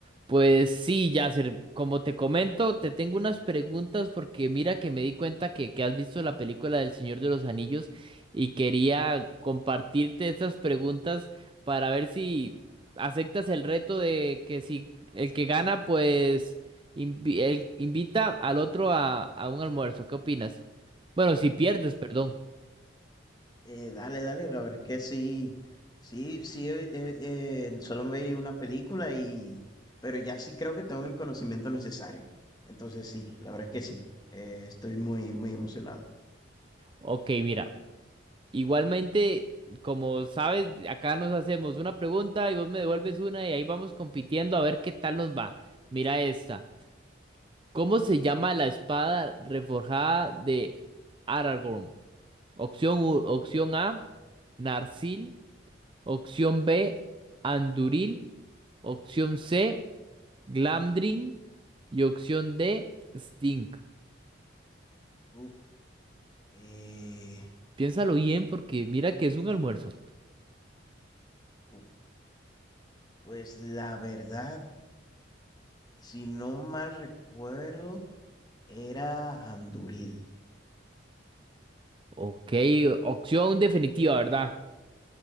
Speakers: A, on the right (about 25°); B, on the left (about 20°).
A: Pues sí, Yasser, como te comento, te tengo unas preguntas porque mira que me di cuenta que, que has visto la película del Señor de los Anillos y quería compartirte estas preguntas para ver si aceptas el reto de que si el que gana, pues invi- el- invita al otro a, a un almuerzo. ¿Qué opinas? Bueno, si pierdes, perdón.
B: Eh, dale, dale, la verdad es que sí, sí, sí, eh, eh, eh, solo me vi una película y, pero ya sí creo que tengo el conocimiento necesario. Entonces sí, la verdad es que sí, eh, estoy muy, muy emocionado.
A: Ok, mira. Igualmente, como sabes, acá nos hacemos una pregunta y vos me devuelves una y ahí vamos compitiendo a ver qué tal nos va. Mira esta. ¿Cómo se llama la espada reforjada de Aragorn? Opción, u- opción A, Narsil. Opción B, Anduril. Opción C, Glamdring. Y opción D, Stink.
B: Uf, eh,
A: Piénsalo bien porque mira que es un almuerzo.
B: uf, pues la verdad, si no mal recuerdo, era Anduril.
A: Ok, opción definitiva, ¿verdad?